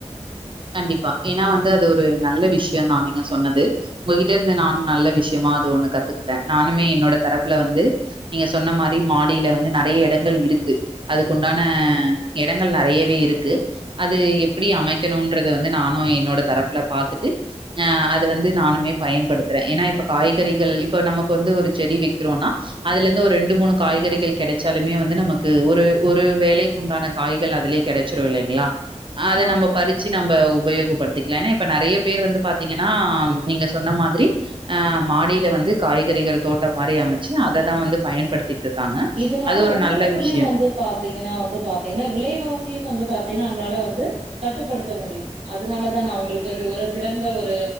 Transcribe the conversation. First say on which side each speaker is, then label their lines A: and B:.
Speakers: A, on the right; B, on the right.
A: கண்டிப்பா ஏன்னா வந்து அது ஒரு நல்ல விஷ்யந்தா நீங்க சொன்னது உங்ககிட்ட இருந்து நானு நல்ல விஷயமா அது ஒண்ணு கத்துக்கிட்ட நானுமே என்னோட தரப்புல வந்து நீங்க சொன்ன மாரி மாடில வந்து நெறைய இடங்கள் இருக் கு அதுக்கு உண்டான இடங்கள் நெறையவே இருக்கு அது எப்டி அமைக் கணுன்றது வந்து நானு என்னோட தரப்புல பாத்துட்டு ஆ அத வந்து நானுமே பயன்படுத்துறே ஏன்னா இப்ப காய்கறிகள் இப்ப நமக்கு வந்து ஒரு செடி வைக்றோன்னா அதுல இருந்து ஒரு ரெண்டு மூணு காய்கறிகள் கெடச்சாலுமே வந்து நமக்கு ஒரு ஒரு வேலை குன்டான காய்கள் அதுலயே கெடச்சுரு இல்லீங்களா அது
B: ஆமாம்
A: நம்ம ச்சு நம்ப உபயோகப்படுத்திக்லா ஏன்னா இப்ப நெறைய பேர் வந்து பாத்தீங்கன்னா நீங்க சொன்ன மாதிரி ஆ மாடியில வந்து காய்கறிகள் தோட்டம் மாரி அமச்சு அததா வந்து பயன்படுத்தி இருக்காங்க
B: இதனால
A: அது ஒரு
B: உங்களுக்குமே
A: நல்ல விஷ்யம்
B: வந்து பாத்தீங்கன்னா வந்து பாத்தீங்கன்னா விலைவாசியும் வந்து பாத்தீங்கன்னா நம்ளால வந்து கட்டுப்படுத்தமுடியும் அதனாலதா நா உங்களுக்கு அது ஒரு சிறந்த ஒரு